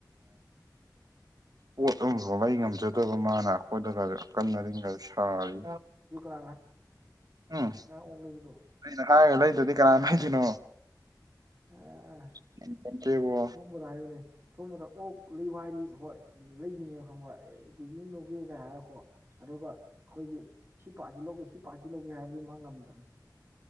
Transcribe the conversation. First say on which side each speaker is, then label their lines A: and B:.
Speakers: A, on the right (about 60°); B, on the right (about 35°).
A: ꯄꯣꯠ ꯑꯃꯐꯥꯎ ꯂꯩ ꯉꯝꯖꯗꯕ ꯃꯥꯅ ꯑꯩꯈꯣꯏꯗꯒꯁꯨ ꯑꯀꯟ ꯑꯔꯤꯡꯒꯁꯨ ꯁꯥꯔꯤ
B: <unintelligible>
A: ꯎꯝ
B: ꯑꯣꯛꯂꯩꯕꯗꯣ
A: ꯑꯩꯅ ꯍꯥꯏꯔꯒ ꯂꯩꯗ꯭ꯔꯗꯤ ꯀꯅꯥ ꯂꯩꯗꯣꯏꯅꯣ
B: ꯑꯥ
A: ꯉꯝꯄꯣꯟꯇꯦꯕꯣ
B: ꯊꯣꯝꯕꯗ ꯍꯥꯏꯌꯨꯅꯦ ꯊꯣꯝꯕꯗ ꯑꯣꯛ ꯂꯩꯌꯨ ꯍꯥꯏꯔꯗꯤ ꯍꯣꯏ ꯂꯩꯒꯤꯅꯦꯕ ꯈꯪꯕ ꯀꯦꯖꯤ ꯑꯃ ꯂꯧꯒꯦꯒꯥꯡ ꯍꯥꯏꯔꯀꯣ ꯑꯗꯨꯒ ꯑꯩꯈꯣꯏꯒꯤ ꯁꯤ ꯄꯥ꯭ꯔꯠꯁꯤ ꯂꯧꯒꯦ ꯁꯤ ꯄꯥ꯭ꯔꯠꯁꯤ ꯂꯧꯒꯦ ꯍꯥꯏꯕꯗꯤ ꯃꯥ ꯉꯝꯗꯝ